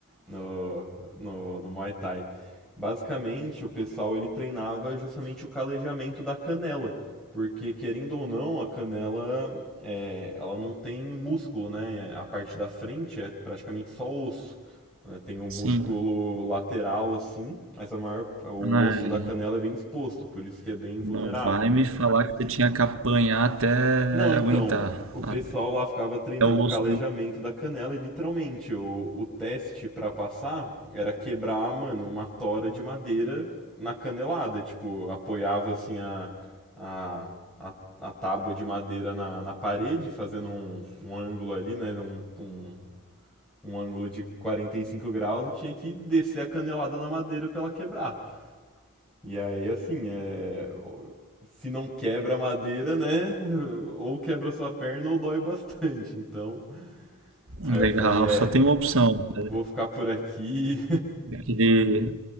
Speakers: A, in the centre; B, on the right (about 60°).
A: no, no, no Muay Thai. Basicamente, o pessoal ele treinava justamente o calejamento da canela, porque querendo ou não, a canela é, ela não tem músculo, né? é, A parte da frente é praticamente só osso. né? Tem o músculo
B: Sim.
A: lateral assim, mas a maior, o
B: Ai,
A: osso da canela é bem exposto, por isso que é bem vulnerável,
B: não vai
A: né?
B: me falar que você tinha que apanhar até
A: Não, então,
B: aguentar.
A: o pessoal
B: Até
A: lá ficava treinando
B: o
A: o
B: osso.
A: calejamento da canela e literalmente o, o teste pra passar era quebrar, mano, uma tora de madeira na canelada. Tipo, apoiava assim a, a, a, a tábua de madeira na, na parede, fazendo um, um ângulo ali, né? Um, um, um ângulo de 45 graus e tinha que descer a canelada na madeira pra ela quebrar. E aí, assim, é... se não quebra a madeira, né? <laughs> Ou quebra sua perna ou dói bastante. Então, aí
B: Legal,
A: eu falei, é,
B: só tem uma opção. né?
A: vou ficar por aqui.
B: Aquele,